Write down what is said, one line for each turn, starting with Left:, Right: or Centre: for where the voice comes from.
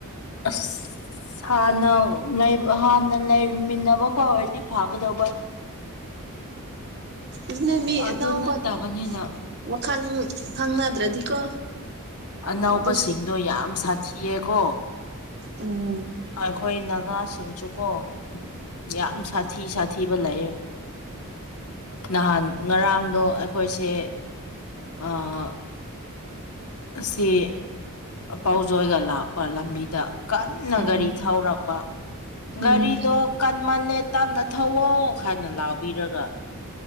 Left: ꯑꯁ ꯍꯥꯟꯅꯧ ꯉꯥꯏꯕ ꯍꯥꯟꯅ ꯂꯩꯃꯤꯟꯅꯕ ꯀꯣꯏ ꯄꯤ ꯐꯤꯒꯗꯧꯕ
Right: ꯎꯝ ꯅꯦ ꯃꯤ
Left: ꯑꯗꯨ
Right: ꯑꯅꯧꯕꯗ
Left: ꯅꯠꯇꯕꯅꯤꯅ
Right: ꯋꯥꯈꯟ ꯈꯪꯅꯗ꯭ꯔꯗꯤꯀꯣ
Left: ꯑꯅꯧꯕꯁꯤꯡꯗꯣ
Right: ꯑꯗꯨꯁꯨ
Left: ꯌꯥꯝ ꯁꯥꯊꯤꯌꯦ ꯀꯣ꯫
Right: ꯎꯝ
Left: ꯑꯩꯈꯣꯏ ꯅꯥꯒꯥ ꯁꯤꯡꯁꯨꯀꯣ ꯌꯥꯝ ꯁꯥꯊꯤ ꯁꯥꯊꯤꯕ ꯂꯩꯌꯦ꯫ ꯅꯍꯥꯟ ꯉꯔꯥꯡꯗꯣ ꯑꯩꯈꯣꯏꯁꯦ ꯑꯥ ꯑꯁꯤ ꯑꯄꯥꯎꯖꯣꯏꯒ ꯂꯥꯛꯄ ꯂꯝꯕꯤꯗ꯫ ꯀꯟꯅ
Right: ꯎꯝ
Left: ꯒꯥꯔꯤ ꯊꯧꯔꯛꯄ
Right: ꯎꯝ
Left: ꯒꯥꯔꯤꯗꯣ ꯀꯟꯃꯜꯂꯦ ꯇꯞꯅ ꯊꯧꯋꯣ ꯍꯥꯏꯅ ꯂꯥꯎꯕꯤꯔꯒ